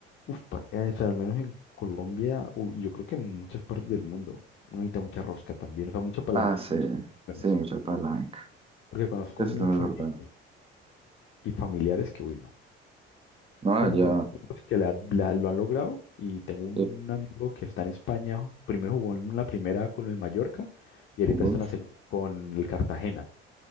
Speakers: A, on the left; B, on the right.
A: uf, pa- eh, o sea, al menos en Colombia, u- y yo creo que en muchas partes del mundo, uno necesita mucha rosca también, o sea, mucha palanca,
B: Ah, sí,
A: muchas opciones.
B: sí, mucha palanca.
A: Porque conozco
B: Eso
A: muchos
B: también
A: amigos
B: es verdad.
A: y familiares que, uy, no.
B: No,
A: Como
B: ya.
A: conozco amigos que la- la- lo han logrado, y tengo un
B: eh,
A: amigo que está en España, primero jugó en la primera con el Mallorca, y ahorita
B: uy,
A: está en la segunda con el Cartagena.